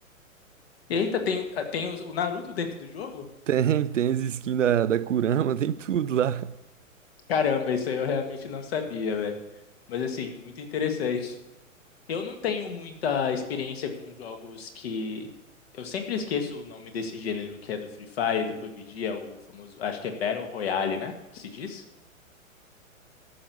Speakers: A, on the left; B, on the right.
A: Eita, tem, tá, tem o o Naruto dentro do jogo?
B: <laughs> Tem, tem as skins da, da Kurama, <laughs> tem tudo lá.
A: Caramba, isso aí eu realmente não sabia, velho. Mas assim, muito interessante. Eu não tenho muita experiência com jogos que. Eu sempre esqueço o nome desse gênero que é do Free Fire, do PUBG, é o famoso. Acho que é Battle Royale, né? Que se diz?